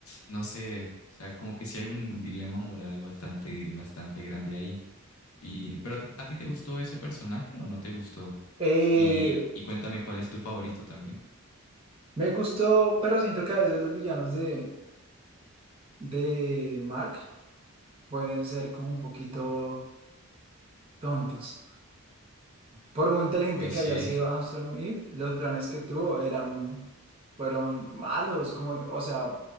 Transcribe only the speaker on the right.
Eh,
me gustó, pero siento que a veces los villanos de, de Mark pueden ser como un poquito tontos. Por muy inteligente
que
haya sido Armstrong Eve, los planes que tuvo eran, fueron malos, como, o sea,